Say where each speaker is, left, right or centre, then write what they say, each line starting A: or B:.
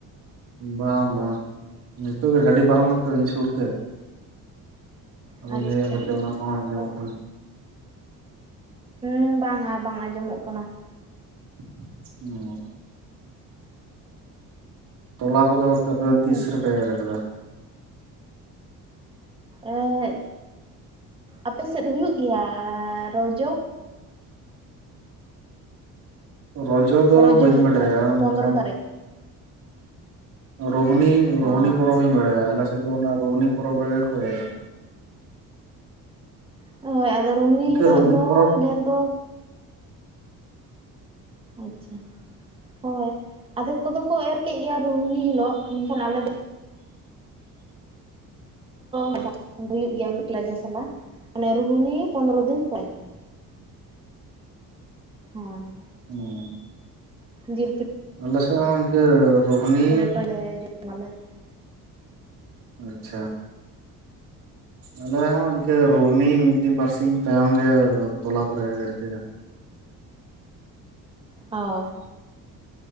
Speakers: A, on the right; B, on the right.
A: ᱵᱟᱝ ᱵᱟᱝ ᱱᱤᱛᱚᱜ ᱜᱮ ᱜᱟᱹᱰᱤ ᱯᱟᱨᱚᱢᱱᱟᱛᱚ ᱤᱧ ᱥᱩᱨ ᱛᱮ ᱟᱫᱚᱧ
B: ᱟᱪᱪᱷᱟ
A: ᱞᱟᱹᱭᱟ ᱯᱟᱪᱮᱫ ᱚᱱᱟ ᱠᱚᱦᱚᱸ ᱟᱸᱡᱚᱢᱚᱜ
B: ᱚ
A: ᱠᱟᱱᱟ ᱾
B: ᱦᱮᱸ ᱵᱟᱝᱼᱟ ᱵᱟᱝ ᱟᱸᱡᱚᱢᱚᱜ ᱠᱟᱱᱟ ᱾
A: <unintelligible> ᱴᱚᱞᱟ ᱠᱚᱫᱚ ᱛᱟᱯᱮ
B: ᱦᱩᱸ
A: ᱫᱚ ᱛᱤᱥ ᱨᱮᱯᱮ ᱮᱨ ᱟᱠᱟᱫᱟ?
B: ᱮᱸ ᱟᱯᱮ ᱥᱮᱫ ᱦᱩᱭᱩᱜ ᱜᱮᱭᱟ ᱨᱚᱡᱚ?
A: ᱨᱚᱡᱚ ᱫᱚ
B: ᱨᱚᱡᱚ
A: ᱵᱟᱹᱧ ᱵᱟᱰᱟᱭᱟ᱾ ᱢᱮᱱᱠᱷᱟᱱ
B: ᱯᱚᱸᱫᱽᱨᱚ ᱛᱟᱹᱨᱤᱠᱷ
A: ᱨᱳᱦᱱᱤ ᱨᱩᱦᱱᱤ
B: ᱦᱚᱸ
A: ᱯᱚᱨᱚᱵᱽ ᱤᱧ ᱵᱟᱲᱟᱭᱟ ᱾ ᱟᱞᱮᱥᱮᱫ ᱫᱚ ᱚᱱᱟ ᱨᱩᱦᱱᱤ ᱯᱚᱨᱚᱵᱽ ᱨᱮᱜᱮ ᱠᱚ ᱮᱨᱟ ᱾
B: ᱦᱳᱭ ᱟᱫᱚ ᱨᱩᱦᱱᱤ
A: ᱤᱱᱠᱟᱹ
B: ᱦᱤᱞᱳᱜ
A: ᱨᱳᱦᱱᱤ
B: ᱫᱚ
A: ᱯᱚᱨᱚᱵᱽ
B: ᱰᱷᱮᱨ ᱫᱚ ᱟᱪᱪᱷᱟ ᱦᱳᱭ ᱟᱫᱷᱮᱠ ᱠᱚᱫᱚ ᱠᱚ ᱮᱨ ᱠᱮᱜ ᱜᱮᱭᱟ ᱨᱩᱦᱱᱤ ᱦᱤᱞᱳᱜ ᱢᱮᱱᱠᱷᱟᱱ ᱟᱞᱮ ᱫᱚ <unintelligible> ᱦᱩᱭᱩᱜ ᱜᱮᱭᱟ ᱢᱤᱫᱴᱟ ᱨᱚᱡᱚᱥᱟᱞᱟ ᱢᱚᱱᱮ ᱨᱩᱜᱩᱱᱤ ᱯᱚᱱᱫᱨᱚ ᱫᱤᱱ ᱯᱚᱨᱮ ᱦᱳᱭ
A: ᱦᱩᱸ
B: ᱡᱤᱞ ᱯᱤ
A: ᱟᱞ ᱥᱮᱜ ᱦᱚᱸ ᱤᱱᱠᱟᱹ ᱨᱳᱦᱱᱤ
B: ᱞᱮᱴᱚ ᱞᱮ ᱡᱚ ᱢᱟᱞᱮ ᱾
A: ᱟᱪᱪᱷᱟ ᱟᱞᱮ ᱦᱚᱸ ᱤᱱᱠᱟᱹ ᱨᱩᱦᱱᱤ ᱢᱤᱫ ᱫᱤᱱ ᱵᱟᱨᱥᱤᱧ ᱛᱟᱭᱚᱢ ᱜᱮ ᱛᱚᱞᱟ ᱠᱚᱨᱮ ᱮᱨ ᱠᱮᱼᱟ ᱾
B: ᱚ